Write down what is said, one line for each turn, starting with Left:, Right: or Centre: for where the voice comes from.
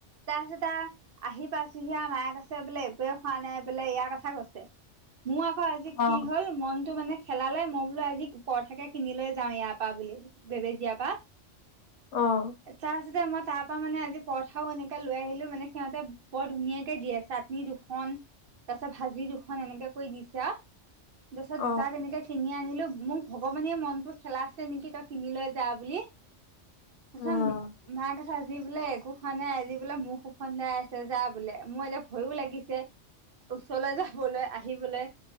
Right: তাৰপিছত আৰু। আহি পাইছোহি মায়ে কৈছে বোলে একোৱে খোৱা নাই বোলে ইয়াৰ কথা কৈছে। মোৰ আকৌ আজি কি
Left: অ
Right: হ'ল মনটো মানে খেলালে মই বোলো আজি পৰঠাকে কিনি লৈ যাওঁ ইয়াৰ পৰা বুলি বেবেজীয়াৰ পা।
Left: অঁ'
Right: তাৰ পাছতে মই তাৰ পৰা মানে আজি পৰঠাও এনেকে লৈ আহিলো মানে সিহঁতে বৰ ধুনীয়াকে দিয়ে চাটনি খন তাৰ পাছত ভাজি দুখন এনেকেকৈ দিছা আৰু। তাৰপিছত
Left: অ
Right: দুটা তেনেকে কিনি আনিলো মোক ভগৱানে মনতো খেলাছে নেকি তাত। কিনি লৈ যা বুলি তাৰ পিছত
Left: উম
Right: মায়ে কৈছে আজি বোলে একো খোৱা নাই আজি বোলে মুখ ওফন্দাই আছে যা বোলে মোৰ এতিয়া ভয়ো লাগিছে। ওচৰলে যাবলে আহিবলে।